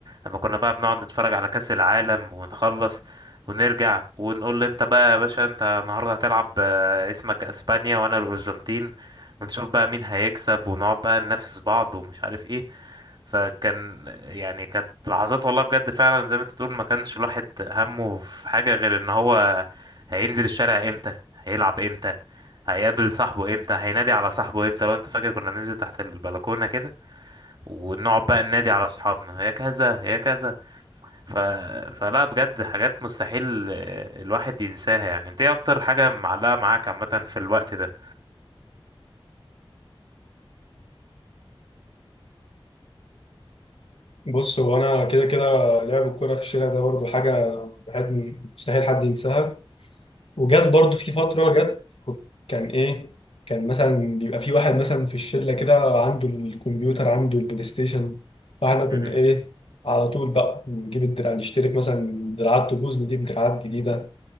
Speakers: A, on the right (about 50°); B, on the left (about 75°).
A: لما كنا بقى بنقعد نتفرج على كاس العالم ونخلص ونرجع ونقول له انت بقى يا باشا انت النهارده هتلعب آه، اسمك اسبانيا وانا الارجنتين ونشوف بقى مين هيكسب ونقعد بقى ننافس بعض ومش عارف ايه فكان يعني كانت لحظات والله بجد فعلا زي ما انت تقول ما كانش الواحد همه في حاجة غير ان هو هينزل الشارع امتى هيلعب امتى هيقابل صاحبه امتى هينادي على صاحبه امتى لو انت فاكر كنا بننزل تحت البلكونة كده ونقعد بقى ننادي على صحابنا يا كذا يا كذا ف... فلا بجد حاجات مستحيل آه، الواحد ينساها يعني انت ايه اكتر حاجة معلقة معاك عامة في الوقت ده
B: بص هو انا كده كده لعب الكرة في الشارع ده برضو حاجة بحد مستحيل حد ينساها وجت برضو في فترة جت كنت- كان إيه كان مثلا بيبقى في واحد مثلا في الشلة كده عنده الكمبيوتر عنده البلاي ستيشن فاحنا كنا
A: مم.
B: إيه على طول بقى نجيب الدراع نشترك مثلا دراعات تبوظ نجيب دراعات جديدة